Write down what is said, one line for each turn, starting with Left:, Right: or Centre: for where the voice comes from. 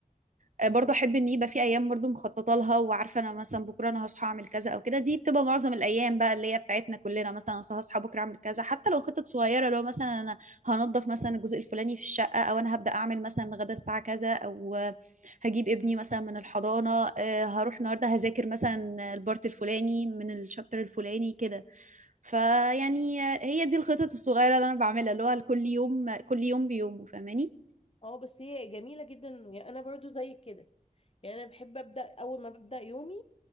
Right: آه، برضو احب ان يبقى في ايام برضو مخططه لها وعارفه انا مثلا بكره انا هصحى اعمل كذا او كده دي بتبقى معظم الايام بقى اللي هي بتاعتنا كلنا مثلا أنا هصحى بكره اعمل كذا حتى لو خطط صغيره لو مثلا انا هنضف مثلا الجزء الفلاني في الشقه او انا هبدا اعمل مثلا غدا الساعه كذا او آه، هجيب ابني مثلا من الحضانه آه، هروح النهارده هذاكر مثلا البارت الفلاني من الشابتر الفلاني كده فيعني آه، هي دي الخطط الصغيره اللي انا بعملها اللي هو كل يوم كل يوم بيومه فاهماني
Left: اه بس هي جميلة جدا يعني انا برضو زيك كده يعني انا بحب ابدا اول ما ببدا يومي